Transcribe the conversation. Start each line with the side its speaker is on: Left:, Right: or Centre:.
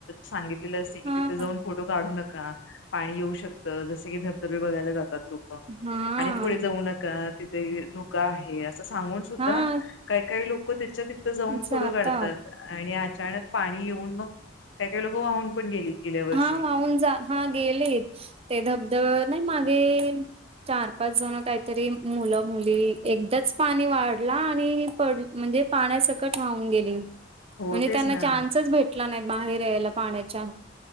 Left: सांगितलेलं असते की
Right: हा
Left: तिथे जाऊन फोटो काू नका पाणी येऊ शकतं जस की धबधबे बघय जातोक
Right: हा
Left: आणि पुढे जाऊ नका तिथे धोका आहे असं सांगून सुद्धा
Right: हा
Left: काही काही लोक त्याच्यातथं जाऊन
Right: जातात
Left: फोटो काढतात आणि अचानक पाणी येऊन मग काही काही लोकं वाहून पण गेलीत गेल्या वर्षी
Right: हा वाहून जा हा गेलीत ते धबधबवर नाही मागे चार पाच जण काहीतरी मुलं मुली एकदाच पाणी वाढला आणि पड म्हणजे पाण्यासकट वाहून गेली म्हणजे
Left: हो तेच
Right: त्यांना
Left: ना
Right: चान्सच भेटला नाही बाहेर यायला पाण्याच्या